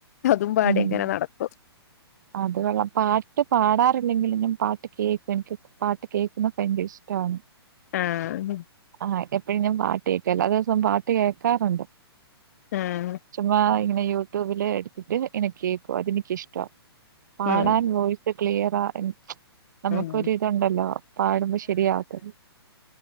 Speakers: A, on the left; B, on the right.
A: അതും പാടി
B: ഉം
A: എങ്ങനെ നടക്കും <inaudible>
B: അത് കൊള്ളാം പാട്ട് പാടാറില്ലെങ്കിലും ഞാൻ പാട്ട് കേൾക്കും എനിക്ക് പാട്ട് കേക്കുന്നൊക്കെ ഭയങ്കര ഇഷ്ടമാണ്
A: ആഹ്
B: ആ എപ്പഴും ഞാൻ പാട്ട് കേക്കും എല്ലാ ദിവസവും പാട്ട് കേൾക്കാറുണ്ട്
A: ആഹ്
B: ചുമ്മാതെ പറയ് - യൂട്യൂബില് എടുത്തിട്ട് ഇങ്ങനെ കേൾക്കും അത് എനിക്ക് ഇഷ്ടവാ പാടാൻ
A: ഉം
B: പോയി പ്പ ക്ലിയറാ <unintelligible> നമുക്കൊര്
A: ഉം
B: ഇതുണ്ടല്ലോ പാടുമ്പോ ശരിയാവാത്തത്